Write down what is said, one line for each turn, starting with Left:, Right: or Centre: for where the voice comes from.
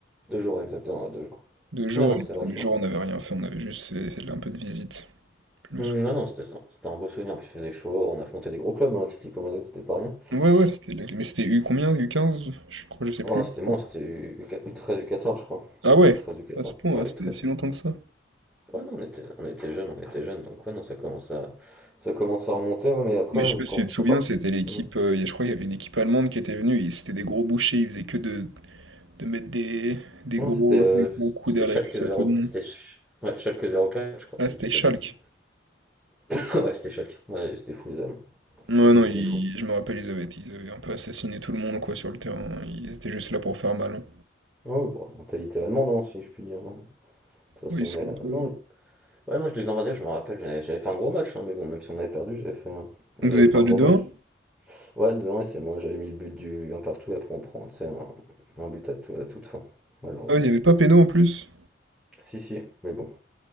Centre: deux jours, exactement, ouais, 2 jours.
Right: Deux jours,
Centre: Non, non,
Right: et
Centre: c'est
Right: le
Centre: vrai
Right: premier
Centre: que je
Right: jour
Centre: me ra
Right: on n'avait rien fait, on avait juste fait, fait un peu de visite. Je me
Centre: mmh,
Right: souviens.
Centre: non, non, c'était ça, c'était un beau souvenir, puis il faisait chaud, on affrontait des gros clubs, hein, l'Atlético Madrid, c'était pas rien.
Right: Ouais ouais c'était. la- Mais c'était U combien? u quinze, Je crois, je sais plus.
Centre: Oh,
Right: je
Centre: c'était
Right: crois.
Centre: moi, c'était U treize qua U13, je crois.
Right: Ah ouais,
Centre: u treize u quatorze
Right: à ce point,
Centre: ouais,
Right: ouais, c'était
Centre: u treize
Right: si longtemps que ça.
Centre: Ouais, non, on était, on était jeunes, on était jeunes, donc ouais, non, ça commence à, ça commence à remonter, ouais, mais après,
Right: Mais je sais pas si
Centre: quand
Right: tu te
Centre: tu
Right: souviens,
Centre: repars.
Right: c'était l'équipe,
Centre: Mm.
Right: euh, y a- je crois qu'il y avait une équipe allemande qui était venue, et c'était des gros bouchers, ils faisaient que de de mettre des, des
Centre: Ouais,
Right: gros,
Centre: c'était euh,
Right: des gros coups
Centre: c'était
Right: derrière
Centre: Schalke
Right: la cuisse
Centre: zéro
Right: à tout le monde.
Centre: c'était Sch- ouais, Schalke zéro quatre je crois,
Right: Ah,
Centre: si
Right: c'était
Centre: je dis pas
Right: Schalke.
Centre: de bêtises. <laughs> Ouais, c'était Schalke, ouais, c'était fou, les Allemands.
Right: Non,
Centre: Ils
Right: non,
Centre: étaient
Right: ils-
Centre: fous.
Right: je me rappelle, ils avaient, ils avaient un peu assassiné tout le monde, quoi, sur le terrain. Ils étaient juste là pour faire mal. hein.
Centre: Ouais, bon, mentalité allemande, hein, si je puis dire. hein. De toute
Right: Ouais,
Centre: façon,
Right: ils
Centre: mais
Right: sont
Centre: euh,
Right: un peu...
Centre: non, le- ouais, moi, je de Gambardella, je me rappelle, j'avais j'avais fait un gros match, hein, mais bon, même si on avait perdu, j'avais fait un,
Right: Vous
Centre: j'avais
Right: avez
Centre: fait
Right: perdu
Centre: un gros
Right: deux
Centre: match.
Right: 1
Centre: Ouais, devant, et c'est moi, j'avais mis le but du un partout, après on prend, tu sais, un, un but à, tout, à toute fin, malheureusement.
Right: Ah, il n'y avait pas péno en plus.
Centre: Si, si, mais bon.